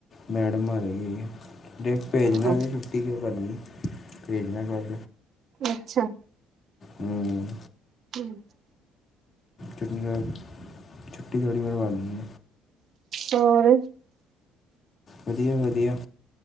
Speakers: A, on the left; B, on the right.
A: ਮੈਡਮ ਆ ਗਈ ਏ, ਦੇਖ ਭੇਜਣਾ
B: ਹਾਂ
A: ਵੀ ਛੁੱਟੀ ਕਿਉ ਕਰਨੀ, ਭੇਜਣਾ ਕੱਲ।
B: ਅੱਛਾ।
A: ਹੂੰ।
B: <unintelligible>
A: ਛੁੱਟੀ <inaudible> ਛੁੱਟੀ ਥੋੜ੍ਹੀ ਮਰ ਵਾਲੀਏ।
B: ਹੋਰ
A: ਵਧੀਆ- ਵਧੀਆ।